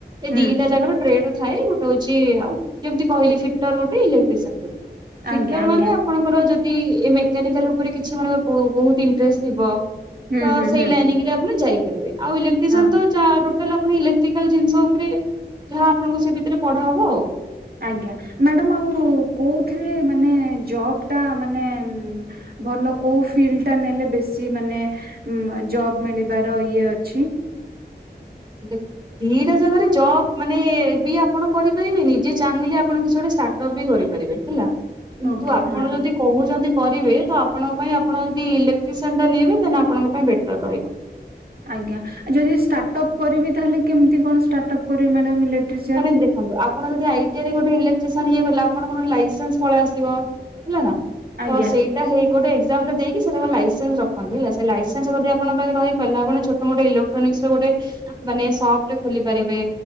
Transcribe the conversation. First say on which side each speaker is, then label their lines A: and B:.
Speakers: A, on the right; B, on the right.
A: ଏ
B: ହୁଁ
A: ଦିଟା ଜାଗାର ଟ୍ରେଡରେ ଥାଏ, ଗୋଟେ ହଉଚି ଆଉ ଯେମିତି କହିଲି ଫିଟର ଗୋଟେ, ଇଲେକ୍ଟ୍ରିସିଆନ ଗୋଟେ। ଫିଟର
B: ଆଜ୍ଞା ଆଜ୍ଞା
A: ମାନେ ଆପଣଙ୍କର ଯଦି ଏ ମେକାନିକାଲ ଉପରେ କିଛି ମାନେଙ୍କର ବହୁତ୍ ଇଣ୍ଟରେଷ୍ଟ ଥିବ
B: ହୁଁ
A: ତ
B: ହୁଁ
A: ସେଇ
B: ହୁଁ
A: ଲାଇନିଙ୍ଗ ଆପଣ ଯାଇପାରିବେ, ଆଉ ଏଲେକ୍ଟ୍ରିସିଆନ
B: ହଁ
A: ତ ଯାହା ତାହେଲେ ଆପଣ ଇଲେକ୍ଟ୍ରିକାଲ ଜିନିଷ ଉପରେ ଯାହା ଆପଣଙ୍କ ସେ ଭିତରେ ପଢା ହବ ଆଉ।
B: ଆଜ୍ଞା ମ୍ୟାଡ଼ମ୍ ଆଉ କୋଉଥିରେ ମାନେ ଜବ୍ ଟା ମାନେ ଭଲ କୋଉ ଫିଲ୍ଡ ଟା ନେଲେ ବେଶୀ ମାନେ ଜବ୍ ମ୍ ମିଳିବାର ଇଏ ଅଛି?
A: ଦେ ଦିଟା ଜାକରେ ଜବ୍ ମାନେ ବି ଆପଣ କରିପାରିବେ ନିଜେ ଚାହିଁଲେ ଆପଣ କିଛି ଗୋଟେ ଷ୍ଟା ଜବ୍ ବି କରିପାରିବେ ହେଲା, କିନ୍ତୁ
B: ଓକେ
A: ଆପଣ
B: ହଁ
A: ଯଦି କହୁଛନ୍ତି କରିବେ ତ ଆପଣଙ୍କ ପାଇଁ ଆପଣ ଯଦି ଇଲେକ୍ଟ୍ରିସିଆନ୍ ଟା ନିଇବେ, ତାହେଲେ ଆପଣଙ୍କ ପାଇଁ ବେଟର ରହିବ।
B: ଆଜ୍ଞା ଯଦି ଷ୍ଟାର୍ଟ ଅପ୍ କରିବି, ତାହେଲେ କେମିତି କଣ ଷ୍ଟାର୍ଟ ଅପ୍ କରିବ ମ୍ୟାଡ଼ମ୍ ଇଲେକ୍ଟ୍ରି
A: ମାନେ ଦେଖନ୍ତୁ ଆପଣ ଯଦି ଆଇ ଟି ଆଇ ରେ ଗୋଟେ ଇଲେକ୍ଟ୍ରି ଡିସିସନ୍ ଇଏ ଗଲା ଆପଣଙ୍କର ଲାଇସେନ୍ସ୍ ପଳେଇ ଆସିବ, ହେଲା ନା
B: ଆଜ୍ଞା
A: ତ ସେଇ ଏଇଟା ହେଇ ଗୋଟେ ଏକ୍ସାମ୍ ରେ ଦେଇକି ସେଇଟା କଣ ଲାଇସେନ୍ସ ରଖନ୍ତି ହେଲା ସେ ଲାଇସେନ୍ସ ଯଦି ଆପଣ ଆପଣ ପାଖରେ ରହିପାରିଲା, ଆପଣ ଛୋଟ ମୋଟ ଇଲେକ୍ଟ୍ରୋନିକସ ର ଗୋଟେ ମାନେ ସପ୍ ଟେ ଖୋଲି ପାରିବେ।